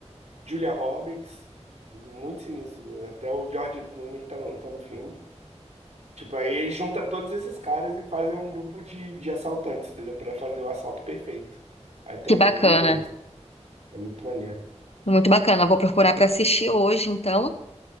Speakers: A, on the right; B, on the left.
A: Julia Roberts, muito sinistro. Até o George Clooney tá no, tá no filme. Tipo, aí junta todos esses caras e fazem um grupo de, de assaltantes, entendeu? Pra fazer o assalto perfeito. Aí tem
B: Que bacana.
A: o 1 e o 2. É muito maneiro.
B: Muito bacana. Vou procurar para assistir hoje, então.